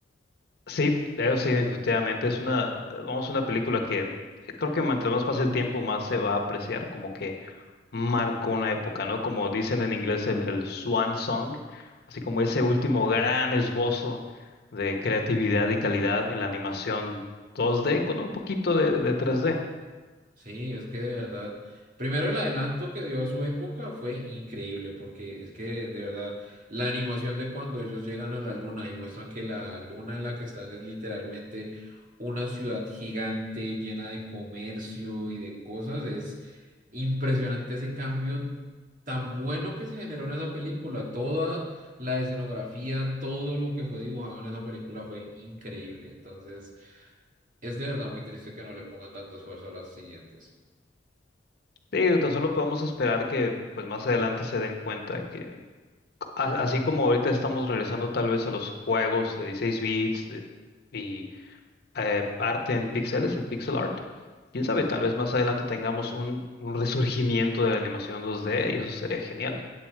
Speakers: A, on the left (about 60°); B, on the right (about 45°).
A: Sí, eso sí, definitivamente es una, vamos, una película que eh, creo que mientras más pasa el tiempo, más se va a apreciar, como que marcó una época, ¿no? Como dicen en inglés el, el Swan Song, así como ese último gran esbozo de creatividad y calidad en la animación 2D con un poquito de de 3D.
B: Sí, es que de verdad, primero el adelanto que dio a su época fue increíble, porque es que de verdad la animación de cuando ellos llegan a la luna y muestran que la luna en la que están es literalmente una ciudad gigante llena de comercio y de cosas, es impresionante ese cambio tan bueno que se generó en esa película. Toda la escenografía, todo lo que fue dibujado en esa película fue increíble. Entonces, es de verdad muy triste que no le pongan tanto esfuerzo a las siguientes.
A: Sí, o tan solo podemos esperar que pues más adelante se den cuenta que a- así como ahorita estamos regresando tal vez a los juegos de 16 bits de- y eh, arte en píxeles, el pixel art, quién sabe,
B: Eh,
A: tal vez más adelante tengamos un, un resurgimiento de la animación 2D y eso sería genial.